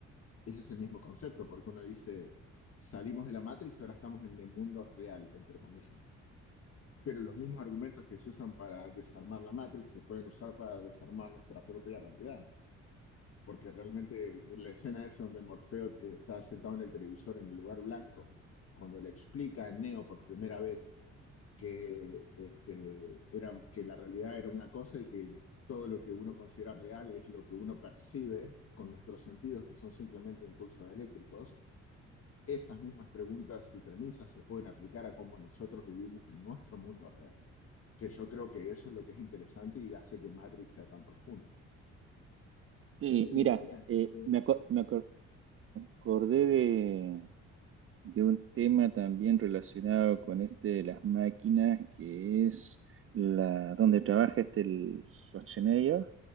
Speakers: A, on the left (about 50°); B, on the right (about 45°).
A: es ese mismo concepto, porque uno dice, salimos de la Matrix, ahora estamos en el mundo real, entre comillas. Pero los mismos argumentos que se usan para desarmar la Matrix se pueden usar para desarmar nuestra propia realidad. Porque realmente la escena esa donde Morfeo eh, está sentado en el televisor en el lugar blanco, cuando le explica a Neo por primera vez que, este, era, que la realidad era una cosa y que todo lo que uno considera real es lo que uno percibe con nuestros sentidos, que son simplemente impulsos eléctricos, esas mismas preguntas y premisas se pueden aplicar a cómo nosotros vivimos en nuestro mundo real, que yo creo que eso es lo que es interesante y hace que Matrix sea tan profunda.
B: Sí,
A: Sí,
B: mira,
A: mira,
B: eh,
A: eh,
B: me, acuerdo Me acordé de, de un tema también relacionado con este de las máquinas, que es la donde trabaja este el Schwarzenegger.